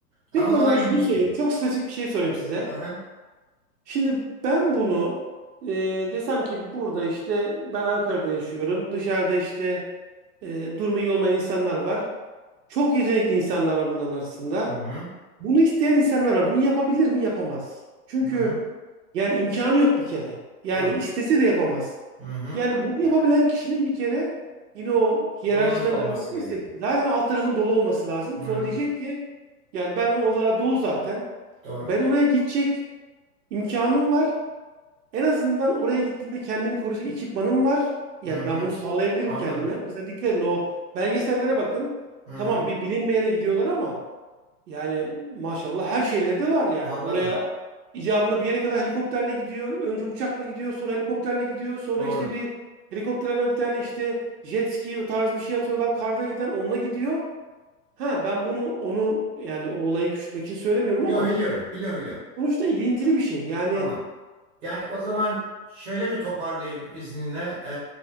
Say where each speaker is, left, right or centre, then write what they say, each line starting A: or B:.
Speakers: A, on the right; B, on the right.
A: ama
B: Peki o
A: bana
B: zaman
A: ilginç
B: şunu söyleyeyim.
A: geliyor.
B: Çok spesifik bir şey sorayım size.
A: Hı hı.
B: Şimdi ben bunu e, desem ki burada işte ben Ankara'da yaşıyorum. Dışarıda işte e, durumu iyi olmayan insanlar var. Çok yetenekli insanlar var bunların arasında.
A: Hı hı.
B: Bunu isteyen insanlar var. Bunu yapabilir mi? Yapamaz. Çünkü
A: Hı hı.
B: yani imkanı yok bir kere. Yani
A: Doğru.
B: istese de yapamaz.
A: Hı hı.
B: Yani bunu yapabilen kişinin bir kere yine o hiyerarşiden
A: Donanık olması
B: devam edersek
A: gerekiyor.
B: zaten alt tarafın dolu olması lazım.
A: Hı
B: Sonra
A: hı.
B: diyecek ki yani ben onlara dolu zaten.
A: Doğru.
B: Ben oraya gidecek imkanım var. En azından oraya gittiğimde kendimi koruyacak ekipmanım var. Yani
A: Hı hı.
B: ben bunu sağlayabilirim
A: Anladım.
B: kendime. Mesela dikkat edin o belgesellere bakın.
A: Hı hı.
B: Tamam bir bilinmeyene gidiyorlar ama yani maşallah her şeyleri de var yani.
A: Anladım.
B: Oraya icabında bir yere kadar helikopterle gidiyor. Önce uçakla gidiyor, sonra helikopterle gidiyor. Sonra
A: Doğru.
B: işte bir helikoptere böyle bir tane işte jet ski o tarzı bir şey atıyorlar. Karda giden onunla gidiyor. Ha ben bunu onu yani o olayı küçültmek için söylemiyorum
A: Yo
B: ama
A: biliyorum biliyorum biliyorum.
B: sonuçta ilintili bir şey. Yani
A: Tamam. Yani o zaman şöyle mi toparlayayım izninle? Ee,